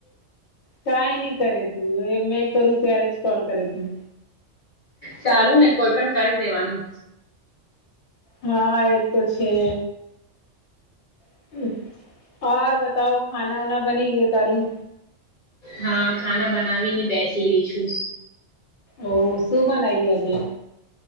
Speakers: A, on the left; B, on the left.
A: કઈ નહી કરે તું, એ મેં કરું ત્યારે જ કોલ કરે તું.
B: ચાલું ને કોઈ પણ કરી દેવાનું.
A: હા, એ તો છે <inaudible> બતાવ ખાના ઉના બની ગયું તારું?
B: હા, ખાના બનાવીને બેસી લી છું.
A: ઓ શું બનાવી આજે